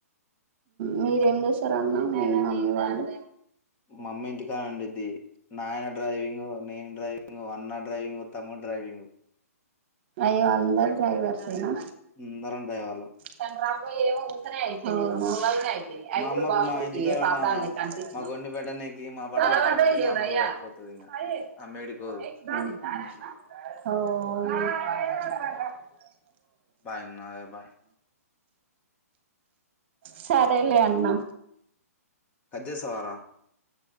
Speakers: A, on the right; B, on the left.
A: మీరేం చేస్తారన్న మీ మమ్మీ వాళ్ళు
B: మా అమ్మ ఇంటికడుండిది నాయన డ్రైవింగ్ నేను డ్రైవింగ్ అన్న డ్రైవింగ్ తముడు డ్రైవింగ్
A: అయ్యో అందరూ డ్రైవర్స్సే నా
B: అందరం డ్రైవర్లం
A: ఓహో ఓ
B: మా అమ్మకు మా ఇంటికాడ ఉన్న మాకు వండి పెట్టనీకి మా బట్టలు ఉతకనీకి మా అమ్మకు సరిపోతది ఇంగ ఆమె ఏడికిపోదు బయ్యనా బాయ్
A: సరేలే అన్నా
B: కట్చేస్తావారా